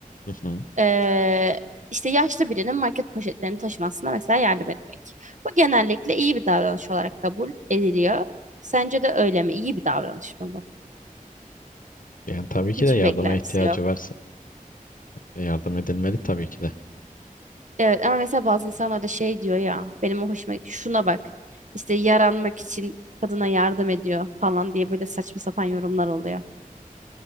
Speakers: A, on the left (about 70°); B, on the right (about 60°).
A: Hı hı.
B: Ee, işte yaşlı birinin market poşetlerini taşımasına mesela yardım etmek. Bu genellikle iyi bir davranış olarak kabul ediliyor. Sence de öyle mi? İyi bir davranış mı bu?
A: Yani tabii ki
B: Hiçbir
A: de yardıma
B: beklentisi
A: ihtiyacı
B: yok.
A: varsa yardım edilmeli tabii ki de.
B: Evet ama mesela bazı insanlar da şey diyor ya benim o hoşuma şuna bak işte yaranmak için kadına yardım ediyor falan diye böyle saçma sapan yorumlar oluyor.